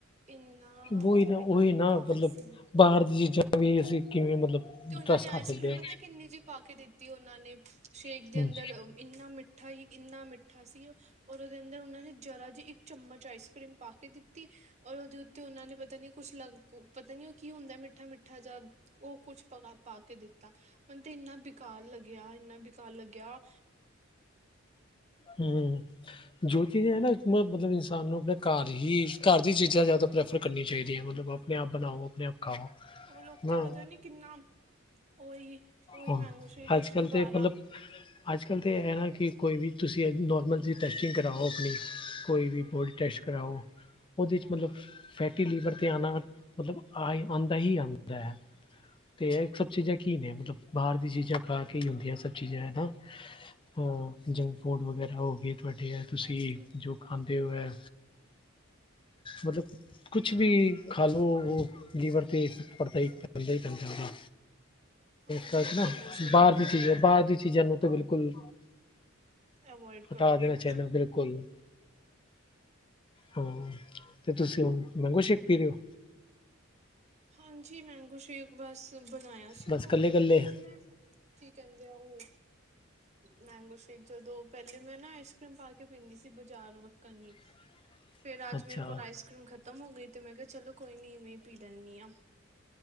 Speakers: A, on the right; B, on the left.
A: ਇੰਨਾ
B: ਵੋਹੀ
A: ਮਤਲਬ
B: ਨਾ ਉਹੀ
A: ਇੰਨਾ
B: ਨਾ,
A: ਬੇਕਾਰ
B: ਮਤਲਬ
A: ਸੀ
B: ਬਾਹਰ ਦੀ ਚੀਜਾਂ ਵੀ ਅਸੀਂ ਕਿਵੇਂ ਮਤਲਬ
A: ਤੇ ਉਹਨਾਂ
B: ਟਰੱਸਟ
A: ਨੇ ਆਈਸ
B: ਕਰ ਸਕਦੇ
A: ਕਰ੍ਰੀਮ ਪਤਾ ਕਿੰਨੀ ਜਿਹੀ ਪਾ ਕੇ ਦਿੱਤੀ ਉਹਨਾਂ ਨੇ ਸ਼ੇਕ
B: ਹਾਂ
A: ਦੇ
B: ਹਮ
A: ਅੰਦਰ ਇੰਨਾ ਮਿੱਠਾ ਹੀ ਇੰਨਾ ਮਿੱਠਾ ਸੀ। ਔਰ ਉਹਦੇ ਅੰਦਰ ਉਹਨਾਂ ਨੇ ਜਰਾ ਜਿਹੀ ਇੱਕ ਚਮਚ ਆਈਸ ਕਰ੍ਰੀਮ ਪਾ ਕੇ ਦਿੱਤੀ। ਔਰ ਉਹਦੇ ਉੱਤੇ ਉਹਨਾ ਨੇ ਪਤਾ ਨੀ ਕੁੱਛ ਲੱਗ, ਪਤਾ ਨੀ ਉਹ ਕੀ ਹੁੰਦਾ ਮਿੱਠਾ ਮਿੱਠਾ ਜਾਂ ਉਹ ਕੁਛ ਪ ਪਾ ਕੇ ਦਿੱਤਾ ਮੈਨੂੰ ਤੇ ਇੰਨਾ ਬੇਕਾਰ ਲੱਗਿਆ, ਇੰਨਾ ਬੇਕਾਰ ਲੱਗਿਆ।
B: ਹੂਮ ਜੋ ਚੀਜ਼ ਹੈ ਨਾ ਮੱਤਲਬ ਇਨਸਾਨ ਨੂੰ ਆਪਣੇ ਘਰ ਹੀ ਘਰ ਦੀਆਂ ਚੀਜ਼ਾਂ ਜ਼ਿਆਦਾ
A: ਹਾਂਜੀ
B: ਪ੍ਰੈਫਰ ਕਰਨੀਆਂ ਚਾਹੀਦੀਆਂ ਮਤਲੱਬ ਆਪਣੇ ਆਪ
A: ਹੂੰ
B: ਬਣਾਓ ਆਪਣੇ ਆਪ ਖਾਓ।
A: ਉਹ ਲੋਕ ਤੇ ਪਤਾ ਨੀ ਕਿੰਨਾ ਉਹੀ। ਉਹੀ
B: ਹਾਂ
A: ਮੈਂਗੋ ਸ਼ੇਕ
B: ਅੱਜ
A: ਵਿੱਚ
B: ਕੱਲ੍ਹ
A: ਦੁਬਾਰਾ
B: ਤੇ ਮਤਲਬ ਅੱਜ ਕੱਲ੍ਹ ਤਾਂ ਹੈ ਨਾ ਕਿ ਕੋਈ ਵੀ ਤੁਸੀਂ ਨੋਰਮਲ ਜਿਹੀ
A: ਹਾਂਜੀ
B: ਟੈਸਟਿੰਗ ਕਰਵਾਓ ਆਪਣੀ। ਕੋਈ ਵੀ ਬੋਡੀ ਟੈਸਟ ਕਰਵਾਓ। ਉਹਦੇ ਚ ਮਤਲੱਬ ਫੈਟੀ ਲੀਵਰ ਤੇ ਆਣਾ ਮਤਲੱਬ ਆਉਂਦਾ ਹੀ ਆਉਂਦਾ ਹੈ। ਤੇ ਇਹ ਸਭ ਚੀਜ਼ਾਂ ਕੀ ਨੇ ਮਤਲਬ ਬਾਹਰ ਦੀਆਂ ਚੀਜ਼ਾਂ ਖਾ ਕੇ ਹੀ ਹੁੰਦੀਆਂ ਸਭ ਚੀਜ਼ਾਂ ਨਾ। ਆ ਜੰਕ ਫੂਡ ਵਗੈਰਾ ਹੋ ਗਏ ਤੁਹਾਡੇ ਆ ਤੁਸੀਂ
A: ਹਾਂਜੀ
B: ਜੋ ਖਾਂਦੇ ਹੋ ਐ ਮਤਲੱਬ ਕੁੱਛ ਵੀ ਖਾ ਲਉ ਉਹ ਲੀਵਰ ਤੇ ਫੇਕਟ ਪੜਤਾ ਹੀ ਪੈਂਦਾ ਹੀ ਪੈਂਦਾ ਆ।
A: ਹਾਂਜੀ
B: ਤਾਂ
A: ਉਹ
B: ਨਾ
A: ਤੇ ਹੈ ਸਹੀ
B: ਬਾਹਰ
A: ਬੋਲ
B: ਦੀ ਚੀਜ਼
A: ਰਹੇ ਹੋ
B: ਹੈ ਬਾਹਰ ਦੀ ਚੀਜ਼ਾਂ ਨੂੰ ਤਾਂ ਬਿਲਕੁਲ
A: ਅਵੋਇਡ
B: ਹਟਾ
A: ਕਰੋ
B: ਦਿਆ
A: ਹਾਂਜੀ
B: ਚੇਨਲ ਤੇ ਕੋਈ, ਹਾਂ ਤੇ ਤੁਸੀਂ ਹੁਣ ਮੈਂਗੋ ਸ਼ੇਕ ਪੀ ਰਹੇ ਹੋ?
A: ਹਾਂਜੀ ਮੈਂਗੋ ਸ਼ੇਕ ਬੱਸ ਬਣਾਇਆ ਸੀ
B: ਬਸ
A: ਉਹਨੇ
B: ਕੱਲੇ ਕੱਲੇ
A: ਪਹਿਲੇ ਤੇ ਮੈਂ ਠੀਕ ਕਹਿੰਦੇ ਆ ਉਹ ਮੈਂਗੋ ਸ਼ੇਕ ਜਦੋਂ ਪਹਿਲੇ ਮੈਂ ਨਾ ਆਈਸਕ੍ਰੀਮ ਪਾ ਕੇ ਪੀਂਦੀ ਸੀ ਬਾਜ਼ਾਰ ਵੱਕਣ ਦੀ
B: <unintelligible>
A: ਫੇਰ ਅੱਜ
B: ਅੱਛਾ
A: ਮੇਰੇ ਕੋਲ ਆਈਸ ਕਰ੍ਰੀਮ ਖਤਮ ਹੋ ਗਈ। ਤੇ ਮੈਂ ਕਿਹਾ ਚਲੋ ਕੋਈ ਨੀ ਇਵੇਂ ਪੀ ਦੁਦ ਨੀ ਆ-